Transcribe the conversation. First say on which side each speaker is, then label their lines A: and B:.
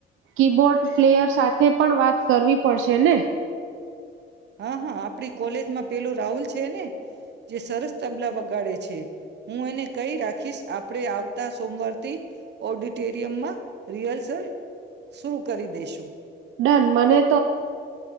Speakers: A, on the right; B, on the right.
A: કીબોર્ડ પ્લેયર સાથે પણ વાત કરવી પડશે ને
B: હા હા આપણી કોલેજમાં પેલું રાહુલ છે ને જે સરસ તબલા વગાડે છે હું એને કઈ રાખીશ આપણે આવતા સોમવારથી ઓડિટોરિયમમાં રિહર્સલ શરૂ કરી દેસુ. <unintelligible>
A: ડન મને